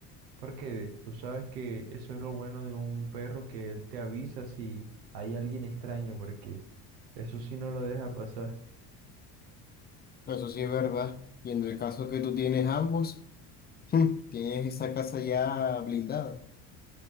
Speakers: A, on the right; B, on the left.
A: Porque tú sabes que eso es lo bueno de un perro, que él te avisa si hay alguien extraño, porque eso sí no lo deja pasar.
B: No, Eso sí es verdad. Y en el caso que tú tienes ambos, <laughs> tienes esa casa ya blindada.